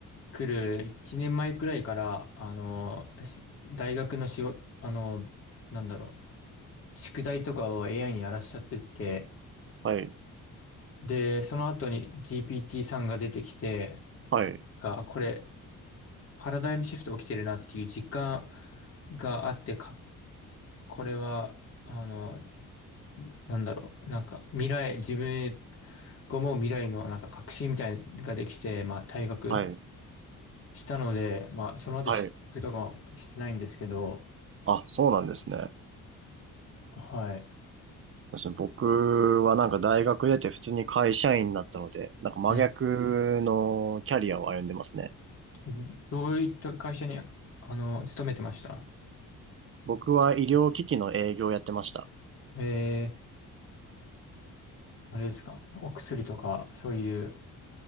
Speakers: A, on the left (about 45°); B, on the right (about 40°).
A: くる1年前くらいから、あの、し大学の仕事、あの、なんだろう、宿題とかを AI にやらしちゃってて、
B: はい、
A: で、その後に GPT さんが出てきて、
B: はい、
A: が、これ、パラダイムシフト起きてるなっていう実感があって、これは、あの、なんだろう、なんか未来、自分が思う未来のなんか確信みたいなのができて、まあ退学
B: はい、
A: したので、まあその後就職とかはしてないんですけど、
B: はい。あ、そうなんですね。
A: はい。
B: 私僕はなんか大学出て普通に会社員になったので、なんか真逆のキャリアを歩んでますね。
A: うんどういった会社に、あの、勤めてました
B: 僕は医療機器の営業をやってました。
A: えー、あれですか。お薬とか、そういう